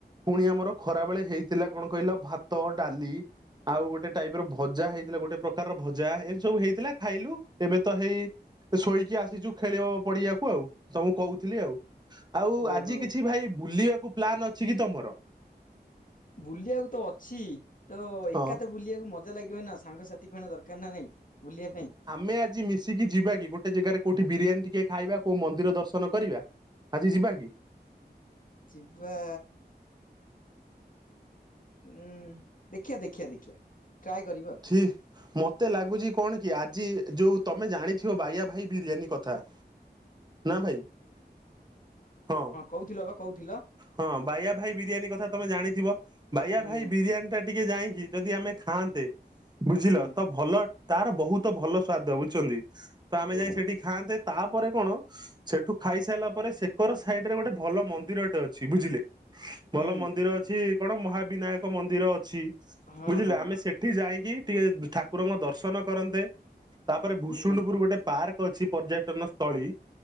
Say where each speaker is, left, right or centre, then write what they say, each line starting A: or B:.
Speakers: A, on the right (about 25°); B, on the left (about 50°).
A: ପୁଣି ଆମର ଖରାବେେଳେ ହେଇଥିଲା କଣ କହିଲ ଭାତ ଡାଲି ଆଉ ଗୋଟେ ଟାଇପ ର ଭଜା ହେଇଥିଲା ଗୋଟେ। ପ୍ରକାର ଭଜା ଏମିତି ସବୁ ହେଇଥିଲା ଖାଇଲୁ ଏବେ ତ ହେଇ ଶୋଇକି ଆସିଛୁ ଖେଳିବା ପଡିଆକୁ। ଆଉ ତ ମୁଁ କହୁଥିଲି ଆଉ ଆଉ
B: ଓହୋ
A: ଆଜି କିଛି ଭାଇ ବୁଲିବାକୁ ପ୍ଲାନ ଅଛି କି ତମର।
B: ବୁଲିବାକୁ ତ ଅଛି ତ ଏକାଥ
A: ହଁ
B: ବୁଲିବାକୁ ମଜା ଲାଗିବ ନା ସାଙ୍ଗସାଥି। ଫ ଦରକାର ନା ନାଇଁ ବୁଲିବା ପାଇଁ।
A: ଏ ଆଜି ମି ଶିକି ଯିବା କି ଗୋଟେ ଜାଗାରେ କୋଉଠି ବିରିୟାନୀ ଟିକେ ଖାଇବା, କୋଉ ମନ୍ଦିର ଦର୍ଶନ କରିବା, ଆଜି ଯିବା କି?
B: ଯିବା। ଉଁ, ଦେଖିଆ ଦେଖିଆ ଦେଖିଆ। ଟ୍ରାଏ କରିବା ଆଉ
A: ଛି ମୋ ତେ ଲାଗୁଛି କଣ କି ଆଜି ଯୋଉ ତୋମେ ଜାଣିଥିବ ବାୟା ଭାଇ ବିରିୟାନୀ କଥା? ନା ଭାଇ ହଁ।
B: କହୁଥିଲେ ବା କହୁଥି
A: ହଁ ବାୟା ଭାଇ ବିରିୟାନୀ କଥା ତୋମେ ଜାଣିଥିବ? ବାୟା
B: ହୁଁ
A: ଭାଇ ବିରିୟାନୀ ଟା ଟିକେ ଯାଇକି ଯଦି ଆମେ ଖାଆନ୍ତେ, ବୁଝିଲ
B: ହୁଁ
A: ତ ଭଲ ତାର ବହୁତ ତ ଭଲ ସ୍ଵାଦ ବୁଝୁଛନ୍ତି, ତ ଆମେ
B: ଓ
A: ଯାଇ ସେଠି ଖାଆନ୍ତେ। ତାପରେ କଣ ସେଠୁ ଖାଇସାରିଲା ପରେ ସେକର ସାଇଡ୍ ରେ ଗୋଟେ ଭଲ ମନ୍ଦିରଟେ ଅଛି ବୁଝିଲେ, ଭଲ
B: ହୁଁ
A: ମନ୍ଦିର ଅଛି କଣ ମହାବିନାୟକ ମନ୍ଦିର ଅଛି।
B: ହଁ
A: ବୁଝିଲେ
B: ହଁ ହଁ
A: ଆମେ ସେଠି ଯାଇକି ଟିକେ ଠାକୁରଙ୍କ ଦର୍ଶନ କରନ୍ତେ, ତାପରେ ଭୁଷୁଣ୍ଡପୁର
B: ହୁଁ
A: ଗୋଟେ ପାର୍କ ଅଛି, ପର୍ଯ୍ୟଟନ ସ୍ଥଳୀ,